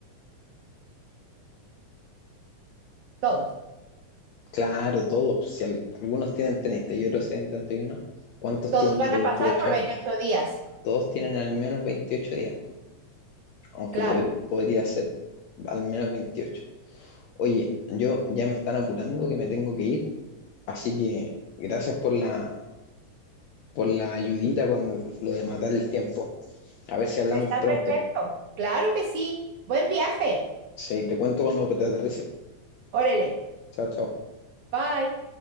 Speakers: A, on the right; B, on the left.
A: Todos.
B: Claro, todos, si al- algunos tienen 30 y otros tienen 31. ¿cuántos
A: Todos
B: tienen
A: van
B: 28?
A: a pasar por veintiocho días.
B: todos tienen al menos 28 días, po, aunque
A: Claro.
B: pod- podría ser al menos 28. Oye, yo ya me están apurando que me tengo que ir, así que gracias por la, por la ayudita con lo de matar el tiempo. A ver si hablamos
A: Está
B: pronto.
A: perfecto. Claro que sí. Buen viaje.
B: Sí, te cuento cuando te aterrice.
A: Órale.
B: Chao, chao.
A: Bye.